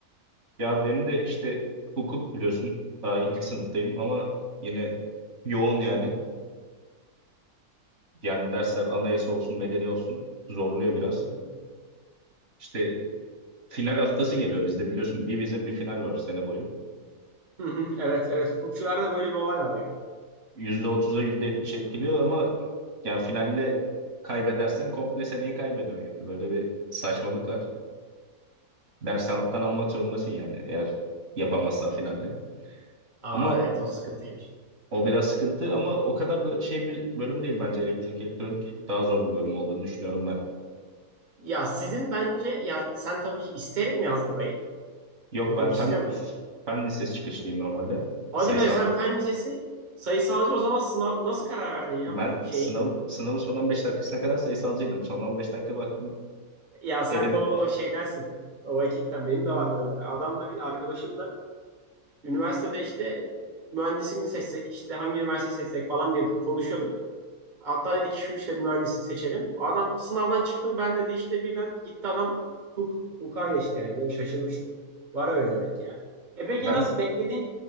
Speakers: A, on the right; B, on the right.
A: Ya benim de işte hukuk biliyorsun daha ilk sınıftayım ama yine yoğun yani. Yani dersler anayasa olsun medeni olsun zorluyor biraz.
B: Hı
A: İşte final haftası geliyor bizde biliyorsun bir vize bir final var sene boyu.
B: hı, <laughs> Evet evet hukukçularda böyle bir olay var ya.
A: yüzde otuz'a %70 etkiliyor ama yani finalle kaybedersen komple seneyi kaybediyorsun yani. Böyle bir saçmalık var. Dersi alttan almak zorundasın yani eğer yapamazsan finalle.
B: Aa
A: Ama
B: evet o sıkıntıymış.
A: o biraz sıkıntı ama o kadar da şey bir bölüm değil bence elektrik elektronik. Daha zor bir bölüm olduğunu düşünüyorum ben.
B: Ya sizin bence ya sen tabii ki isteyerek mi yazdın burayı?
A: Yok
B: Hukuk
A: ben fen
B: istiyor
A: fen lisesi çıkışlıyım normalde.
B: Hadi
A: Sayısal
B: be sen fen lisesi sayısalcı o zaman sınav nasıl karar verdin ya
A: ben
B: bu şeyi?
A: sınavın sınavın son 15 dakikasına kadar sayısalcıydım. Son 15 dakika baktım
B: Ya sen
A: edebi
B: de o, o şeydensin. O ekipten benim de vardı öyle. Adamla bir arkadaşımla üniversitede işte mühendislik mi seçsek işte hangi üniversiteyi seçsek falan diye konuşuyorduk. Hatta dedi ki şu işte mühendisliği seçelim. Adam sınavdan çıktım ben dedi işte birden gitti adam hukuk. Hukuka geçti yani. Ben şaşırmıştım. Var öyle demek ki ya. E peki
A: ben
B: nasıl beklediğin